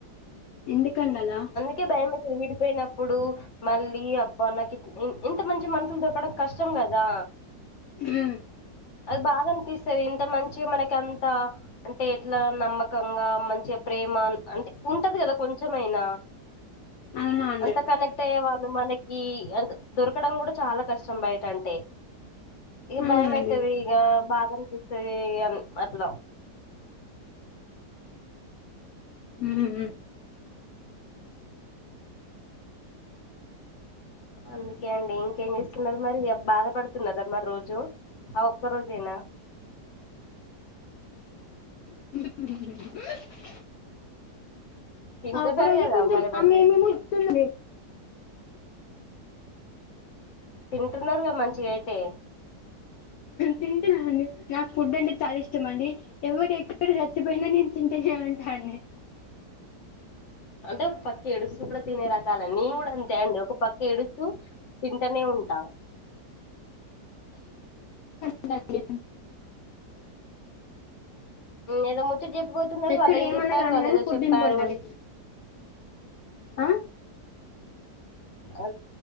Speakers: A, on the left; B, on the left.
A: ఎందుకండి అలా
B: కే భయమవుతుంది విడిపోయినప్పుడు మళ్ళీ అబ్బా నాకు ఇ ఇంత మంచి మనుషులు దొరకడం కష్టం కదా
A: ఉమ్
B: అది బాగా అనిపిస్తుంది ఇంత మంచి మనకి అంత అంటే ఎట్లా నమ్మకంగా మంచి ప్రేమ అంటే ఉంటది కదా కొంచెమైనా
A: అవునా అండి
B: అంతకన అంటే వాళ్ళు మనకి అంతే దొరకడం కూడా చాలా కష్టం బయట అంటే ఇక
A: అవునండి
B: భయమైతది ఇగ బాధనిపిస్తది ఇగ అట్లా
A: ఉహు హు
B: అందుకే అండి ఇంకేం చేస్తున్నారు మరి ఇగ బాధ పడుతున్నరా మరి రోజు ఆ ఒక్క రోజేనా
A: ఉ
B: తింటున్నారు
A: ఆ ఒక్క రోజె
B: కదా
A: కొంచెం
B: మరి మంచిగా
A: ఆమె ఏమేమో
B: తి
A: ఇస్తుంది
B: తింటున్నారు కదా మంచిగయితే
A: తింటున్నా అండి నాకు ఫుడ్ అంటే చాలా ఇష్టం అండి ఎవరు ఎక్కడ చచ్చిపోయినా నేను తింటూనే ఉంటానండి
B: అంటే ఒక పక్క ఏడుస్తూ కూడా తినే రకాలే నేను కూడా అంతే అండి ఒక పక్క ఏడుస్తూ తింటనే ఉంటా
A: ఉంటానండి.
B: ఏదో ముచ్చట చెప్పబోతున్నారు
A: ఎక్కడ
B: వాళ్ళు ఏం
A: ఏమన్నా
B: చెప్పారు
A: కానీ
B: వాళ్ళు
A: కానీ
B: ఏదో
A: ఫుడ్
B: చెప్పారు
A: ఇంపార్టెంట్ అండి
B: అని
A: ఆ?
B: అ